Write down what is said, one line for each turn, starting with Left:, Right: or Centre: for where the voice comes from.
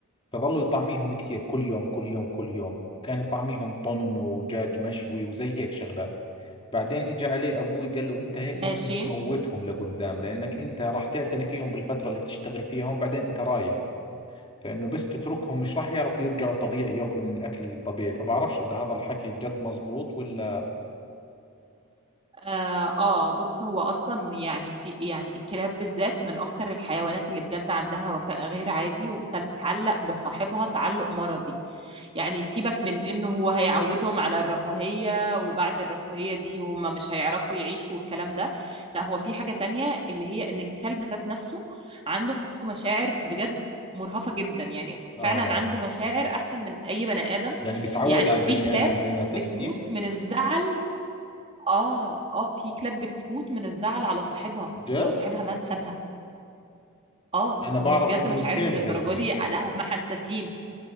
Left: فظلوا يطعميهم كثير كل يوم كل يوم كل يوم كان يطعميهم طن ودجاج مشوي وزي هيك شغلات بعدين اجى عليه ابوي قال له انت هيك
Right: ماشي
Left: ممكن تموتهم لقدام لانك انت راح تعتني فيهم بالفتره اللي بتشتغل فيها هون بعدين انت رايح فانه بس تتركهم مش راح يعرفوا يرجعوا طبيعي ياكلوا من الاكل الطبيعي فبعرفش اذا هذا الحكي جد مزبوط ولا
Right: آه, اه بص هو اصلا يعني في يعني الكلاب بالذات من اكتر الحيوانات اللي بجد عندها وفاء غير عادي وبتتعلق بصاحبها تعلق مرضي يعني سيبك من انه هو هيعودهم على الرفاهية وبعد الرفاهية دي هم مش هيعرفوا يعيشوا والكلام ده لا هو في حاجة تانية اللي هي ان الكلب ذات نفسه عنده مشاعر بجد مرهفة جدا يعني
Left: آه
Right: فعلا عنده مشاعر احسن من اي بني ادم
Left: يعني بتعود
Right: يعني
Left: على
Right: في
Left: البني
Right: كلاب
Left: آدم زي ما تحكي
Right: بتموت من الزعل اه اه في كلاب بتموت من الزعل على صاحبها
Left: جد
Right: لو صاحبها ما سابها اه
Left: أنا
Right: هم
Left: بعرف
Right: بجد
Left: إنه
Right: مشاعرهم
Left: الخيل
Right: للدرجه
Left: زي هيك
Right: دي لا هم حساسين